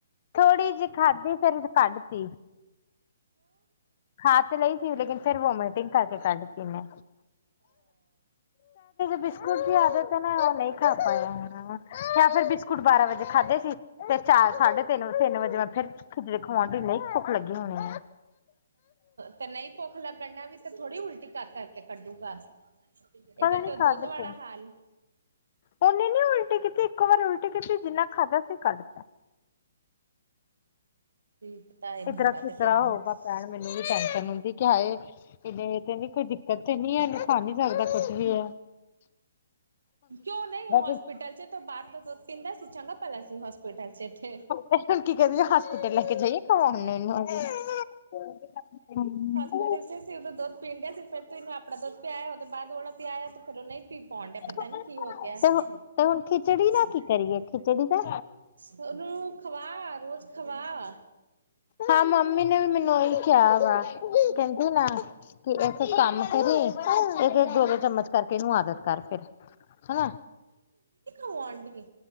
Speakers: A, on the left; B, on the right.
A: ਥੋੜ੍ਹੀ ਜਿਹੀ ਖਾਧੀ ਫੇਰ ਕੱਢ ਤੀ ਖਾ ਤੇ ਲਈ ਸੀ ਲੇਕਿਨ ਫਿਰ ਵੋਮੀਟਿੰਗ ਕਰਕੇ ਕੱਢਤੀ ਓਨੇ ਬਿਸਕੁਟ ਦੀ ਆਦਤ ਐ ਨਾ ਉਹ ਨਈ ਖਾਦਾ ਜਾਦਾ ਜਾ ਫਿਰ ਬੁ ਹੁਣ ਬਾਰਾਂ ਵਜੇ ਖਾਧੇ ਸੀ। ਤੇ ਚਾਰ ਸਾਢੇ ਤਿੰਨ ਵੇ ਤਿੰਨ ਵਜੇ ਮੈਂ ਫਿਰ ਖਿਜੜੀ ਖਵਾਣ ਦੀ ਇੰਨੀ ਭੁੱਖ ਲੱਗੀ ਹੋਣੀ ਆ।
B: ਤੇ ਨਈ ਭੁੱਖ ਲੱਗਣਾ ਨਾਲ ਵੀ ਤੇ ਥੋੜ੍ਹੀ ਉਲਟੀ ਕਰ ਕਰਕੇ ਕੱਢੂਗਾ। ਇਹਦਾ
A: ਪਤਾ
B: ਤੇ
A: ਨੀ
B: ਉਹ
A: ਕੱਢ
B: ਦੁੱਧ ਵਾਲਾ
A: ਤੇ
B: ਹਾਲ
A: ਉਹਨੇ ਨੀ ਉਲਟੀ ਕੀਤੀ ਇੱਕ ਵਾਰ ਉਲਟੀ ਕੀਤੀ ਜਿੰਨਾ ਖਾਧਾ ਸੀ ਕੱਢ
B: ਕੀ ਪਤਾ ਏ
A: ਇਤਰਾ
B: ਮੁੰਡਾ
A: ਕਿਤਰਾ
B: ਤੇਰਾ
A: ਹੋਊਗਾ
B: <unintelligible>
A: ਭੈਣ ਮੈਨੂੰ ਵੀ ਟੈਂਸ਼ਨ ਹੁੰਦੀ, ਕਿ ਹਾਏ ਇਨੇ ਤੇ ਨੀ ਕੋਈ ਦਿੱਕਤ ਤਾਂ ਨੀ ਇਹਨੂੰ ਖਾ ਨੀ ਸਕਦਾ ਕੁੱਝ ਵੀ ਏ
B: ਕਿਉਂ ਨਈ ਹੋਸਪਿਟਲ
A: ਤੇ
B: ਚ ਤੂੰ ਬਾਰ ਦਾ ਪੀਂਦਾ ਸੀ ਚੰਗਾ ਭਲਾ ਸੀ ਹੋਸਪਿਟਲ ਚ ਇੱਥੇ
A: ਤੇ ਹੁਣ ਕੀ ਕਹਦੇ ਹੋਸਪਿਟਲ ਲੈ ਕੇ ਜਾਈਏ <unintelligible> ਹੂੰ।
B: ਉਦੋਂ ਦੱਸਿਆ ਸੀ ਉਦੋ ਦੁੱਧ ਪੀਂਦਾ ਸੀ ਫਿਰ ਤੂੰ ਇਹਨੂੰ ਆਪਣਾ ਦੁੱਧ ਪਿਆਇਆ ਉਹਦੇ ਬਾਦ ਵਾਲਾ ਪਿਆਇਆ ਤੇ ਫਿਰ ਨੀ <unintelligible> ਡਿਆ ਪਤਾ
A: ਤੇ
B: ਨੀ ਕੀ ਹੋ ਗਿਆ। <unintelligible>
A: ਤੇ ਹੁਣ ਖਿਚੜੀ ਦਾ ਕੀ ਕਰੀਏ ਖਿਚੜੀ ਦਾ
B: ਉਹਨੂੰ ਖਵਾ ਰੋਜ਼ ਖਵਾ
A: ਹਾਂ ਮੰਮੀ ਨੇ ਵੀ ਮੈਨੂੰ ਉਹ ਈ ਕਿਹਾ ਵਾਹ ਕਹਿੰਦੀ ਨਾ ਇਕ ਕੰਮ ਕਰੇ ਇਹ ਤੇ ਦੋ ਦੋ ਚਮਚ ਕਰਕੇ ਇਹਨੂੰ ਆਦਤ ਕਰ ਫਿਰ <unintelligible>
B: ਖਵਾਣ ਡੀ ਐ।